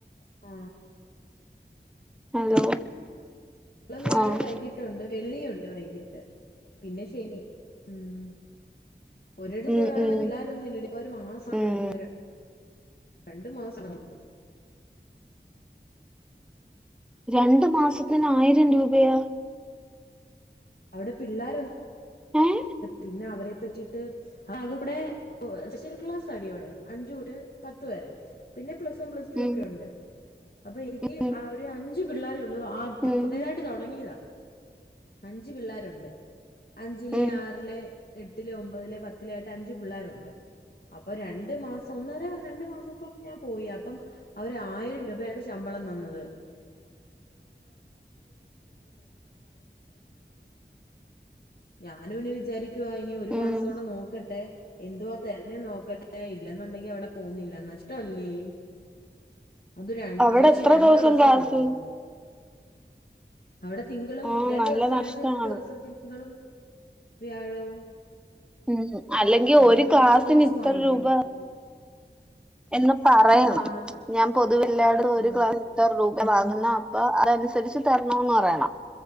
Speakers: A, on the left (about 55°); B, in the centre.
A: ആ
B: ഹലോ
A: തിങ്കളും വ്യാഴം
B: ആഹ്
A: വൈകിട്ടുണ്ട് വെള്ളിയുണ്ട് വൈകിട്ട് പിന്നെ ശനി ഉം ഒരിടത്ത്
B: ഉം
A: പോയി അവിടെ
B: ഉം
A: പിള്ളേരൊന്നും ഇല്ല ഇപ്പൊ ഒരു മാസമാണ്
B: ഉം
A: തരുന്നത് രണ്ടു മാസം ശബ്ദം ഒന്നും ക്ലിയർ അല്ല
B: രണ്ടു മാസത്തിന് ആയിരം രൂപ വേയ
A: അവിടെ പിള്ളോരൊ
B: ഏഹ്
A: പിന്നെ അവരെ പറ്റിട്ട് അതിവിടെ സ്പെഷ്യൽ ക്ലാസ് അടോടെ അഞ്ചൂടെ പത്ത് വരെ പിന്നെ plus plus one plus two
B: ഉം
A: ഒക്കെ ഉണ്ട് അപ്പൊ എനിക്ക്
B: ഉം
A: ഒരു അഞ്ചു പിള്ളാര് ആത്
B: ഉം
A: പുതിയതായിട്ട് തുടങ്ങിയതാ അഞ്ച് പിള്ളേരുണ്ട് അഞ്ചിലെ
B: ഉം
A: ആറിലെ എട്ടിലോ ഒമ്പതിലോ പത്തിലോ ആയിട്ട് അഞ്ച് പിള്ളേരുണ്ട് അപ്പൊ രണ്ടു മാസം ഒന്നര രണ്ടു മാസം അപ്പം ഞാൻ പോയി അപ്പം അവര് ആയിരം രൂപയാണ് ശമ്പളം തന്നത് ഞാനും ഇനി വിചാരിക്കു ക്കുവ ഇനി ഒരു മാസോടെ
B: ഉം
A: നോക്കട്ടെ എന്തുവാ തരു എന്നെ നോക്കട്ടെ ഇല്ലെന്നുണ്ടെങ്കി അവിടെ പോന്നില്ല നഷ്ടല്ലേ അത്
B: അവിടെ
A: ആഴ്ചയിൽ
B: എത്ര
A: രണ്ടു ദിവസം
B: ക്ലാസ്
A: പോകും അവിടെ തിങ്കളും
B: ആഹ്
A: രണ്ടു
B: നല്ല
A: ദിവസം
B: നഷ്ടമാണ്
A: ആഴ്ച രണ്ടു ദിവസം തിങ്കളും വ്യാഴവും
B: ഉം അല്ലെങ്കിൽ
A: ഇല്ലേ
B: ഒരു
A: പിന്നെ
B: ക്ലാസിന്
A: ചോദിച്ചു
B: ഇത്ര
A: വാങ്ങിക്കണം
B: രൂപ എന്ന് പറയണം
A: ആ അത്
B: ഞാൻ പൊതുവില്ലായിടത്തും ഒരു
A: ആ
B: ക്ലാസ്സിന് ഇത്ര രൂ വാങ്ങുന്ന അപ്പ അതനുസരിച്ച് തരണം എന്ന് പറയണം